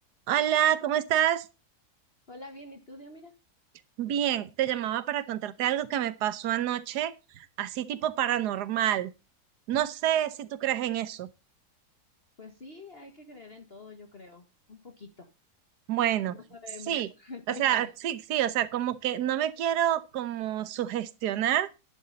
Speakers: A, on the right; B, on the left.
A: Hola, ¿cómo estás?
B: Hola, bien, ¿y tú, mira
A: Bien, te llamaba para contarte algo que me pasó anoche, así tipo paranormal. No sé si tú crees en eso.
B: Pues sí, hay que creer en todo, yo creo, un poquito.
A: Bueno,
B: No sabemos.
A: sí,
B: <laughs>
A: o
B: Cuéntame.
A: sea, sí, sí, o sea, como que no me quiero como sugestionar,